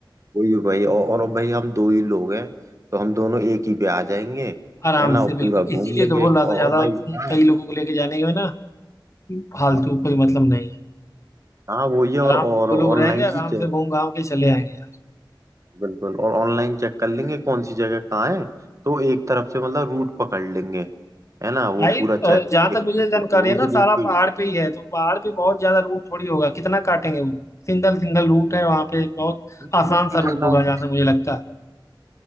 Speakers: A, on the right; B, on the left.
A: वही भाई और, और अब भाई हम दो ही लोग हैं तो हम दोनों एक ही पे आ जाएंगे
B: आराम
A: है ना और
B: से बिल्कुल
A: पूरा घूम
B: इसीलिए
A: लेंगे
B: तो बोल रहा था ज्यादा
A: और भाई हाँ
B: कई लोगों को लेके जाने में ना फालतू
A: हाँ
B: कोई मतलब नहीं है
A: हाँ, वही है और
B: आराम
A: और
B: से दो
A: ऑनलाइन
B: लोग रहेंगे आराम
A: भी चेक
B: से घूम घाम के चले आएंगे यार
A: बिल्कुल और ऑनलाइन चेक कर लेंगे कौन सी जगह कहाँ है तो एक तरफ से मतलब रूट पकड़ लेंगे है ना वो
B: भाई
A: पूरा चेक
B: अ, जहाँ
A: करके
B: तक मुझे जानकारी
A: तो
B: है
A: उस
B: ना सारा
A: रूट पे ही
B: पहाड़
A: मिलते
B: पे
A: हैं।
B: ही है तो पहाड़ पे बहुत ज्यादा रूट थोड़ी होगा कितना काटेंगे वो सिंगल सिंगल रूट है वहाँ पे बहुत
A: ठीक
B: आसान
A: है, तो
B: सा
A: मतलब
B: रूट होगा जहाँ तक मुझे लगता है